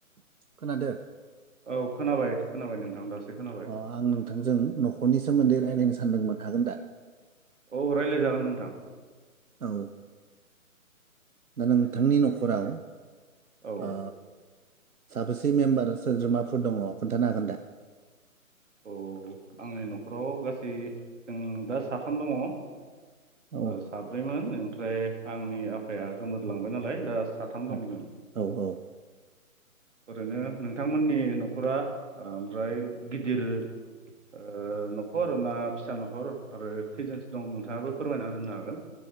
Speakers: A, on the right (about 85°); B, on the right (about 55°).
A: खोनादो
B: औ खोनाबाय खोनाबाय नोंथां दासो खोनाबाय।
A: अ आं नोंथांजों न'खरनि सोमोन्दै रायज्लायनो सानदोंमोन हागोन दा?
B: औ रायलायजागोन नोंथां।
A: औ दा नोंथांनि न'खराव
B: औ
A: ओ साबासे मेम्बार सोद्रोमाफोर दङ खोन्थानो हागोन दा?
B: औ आंनि न'खराव गासै जों दा साथाम दङ।
A: औ
B: साब्रैमोन नथ ओमफ्राय आंनि आफाया गोमोरलां नालाय दा साथाम दं
A: आ
B: जों
A: औ औ
B: ओरैनो नोंथांमोननि न'खरा ओमफ्राय गिद दिर ओ न'खर ना फिसा न'खर आरो खैजोनसो दं नोंथाङाबो फोरमायना होनो हागोन।